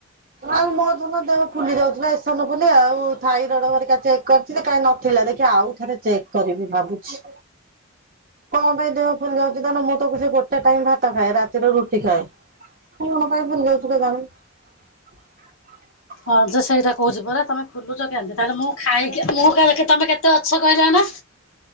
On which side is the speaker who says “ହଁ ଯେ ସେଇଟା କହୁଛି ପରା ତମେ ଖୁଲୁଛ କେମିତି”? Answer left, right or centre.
Left